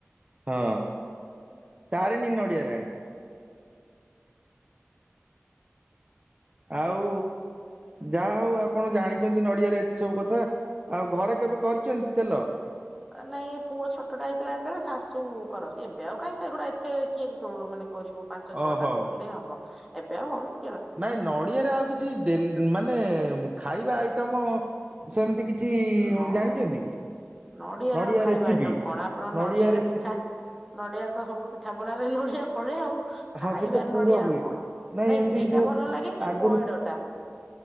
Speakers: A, on the right; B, in the centre.
A: ହଁ, ତାରିଣି ନଡିଆ। ଣି ଆଉ, ଯାହା ହଉ ଆପଣ ଜାଣିଛନ୍ତି ୲ ନଡିଆରେ, ଏତେ ସବୁ କଥା। ଆଉ ଘରେ କେବେ କରିଛନ୍ତି ତେଲ?
B: ନାଇଁ, ଏ ପୁଅ ଛୋଟ ଟା, ହେଇଥିଲା, ଯେତେବେଳେ ଶାଶୁ କରନ୍ତି ୲ ଏବେ ଆଉ, କାହିଁ ସେଗୁଡା, ଏତେ କିଏ ମାନେ କରିବ, ପାଞ୍ଚ, ଛଅ
A: ଓହୋ
B: ଟା କରିଲେ ହବ। ଏବେ, ଆଉ ହଉନି ।
A: ନାଇଁ, ନଡିଆରେ ଆଉ କିଛି ଡେଲି, ମାନେ ଖାଇବା ଆଇ ତମ, ସେମିତି କିଛି କି
B: ନ,
A: ଜାଣିଛନ୍ତି
B: ନଡିଆରେ
A: ନଡିଆ
B: ଆଉ ଖାଇବା,
A: ରେସିପି
B: ଆଇଟମ୍ କଣ, ଆପଣ
A: ନଡିଆ
B: ନଡିଆରେ
A: ରେସିପି
B: ପିଠା, ନଡିଆରେ ତ ସବୁ ପିଠା, ପଣାରେ ନଡିଆ ପଳେ, ଆଉ ଖାଇବାରେ
A: ହଁ, ସେ ତ ପୁର
B: ନଡିଆ
A: ହୁଏ
B: ଆଉ
A: ୲
B: କଣ
A: ନାଇଁ, ଏମିତି
B: ଏଇଟା
A: ଯୋଉ
B: ଭଲ ଲାଗେ କି
A: ଆଗରୁ।
B: ପଇଡଟା